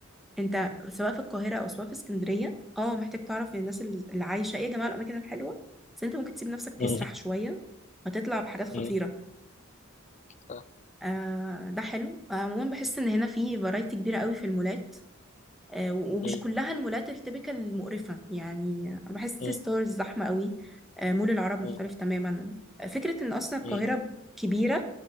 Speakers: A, in the centre; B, on the left (about 30°).
A: انت سواء في القاهره او سواء في اسكندريه اه محتاج تعرف من الناس اللي اللي عايشه ايه يا جماعه الاماكن الحلوه بس انت ممكن تسيب نفسك تسرح
B: مم.
A: شويه وتطلع بحاجات خطيره
B: مم. صح.
A: آه ده حلو آه، عموما بحس ان هنا في فرايتي كبيره قوي في المولات آه و- ومش
B: مم.
A: كلها المولات التبكة المقرفه يعني أنا بحس
B: مم.
A: سي ستارز زحمه قوي آه مول العرب مختلف
B: مم.
A: تماما آه، فكره ان اصلا القاهره
B: مم.
A: كبيره